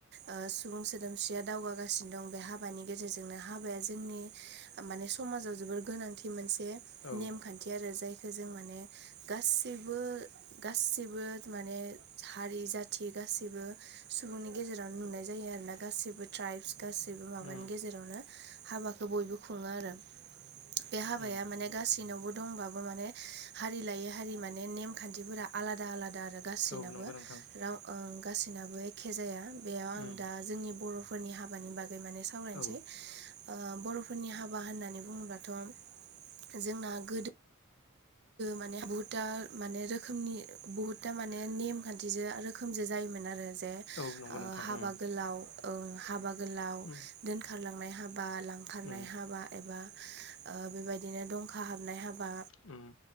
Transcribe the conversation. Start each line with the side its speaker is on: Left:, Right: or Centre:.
Right: ओ सुबुं सोदोमस्रिया दावगागासिनो दं बे हाबानि गेजेरजोंनो हाबाया जोंनि माने समाजाव जोबोर गोनांथि मोनसे
Left: औ
Right: नेमखान्थि आरो जायखौ जों माने गासैबो गासिबो माने हारि जाथि गासिबो सुबुंनि गेजेरावनो नुनाय जायो आरो ना गासैबो ट्राइब्स गासैबो माबानि
Left: उम
Right: गेजेरावनो हाबाखौ बयबो खुङो आरो बे हाबाया
Left: उम
Right: माने गासैनावबो दंबाबो माने हारि लायै हारि माने नेमखान्थिफोरा आलादा आलादा आरो गासैनाबो
Left: औ नंगौ नोंथां
Right: राव ओं गासैनाबो एखे जाया बेयाव आं
Left: उम
Right: दा जोंनि बर'फोरनि हाबानि बागै माने सा सावरायनोसै
Left: औ
Right: बर'फोरनि हाबा होननानै बुङोबाथ' जोंना गोदो माने बुहुता माने रोखोमनि बुहुतथा माने नेम खान्थि रोखोमजो जायोमोन आरो जे
Left: औ नंगौ
Right: ओ
Left: नोंथां
Right: हाबा
Left: उम
Right: गोलाव हाबा गोलाव
Left: उम
Right: दोनखारलांनाय हाबा लांखारनाय
Left: उम
Right: हाबा एबा ओ बेबायदिनो दंखा हाबनाय हाबा
Left: उम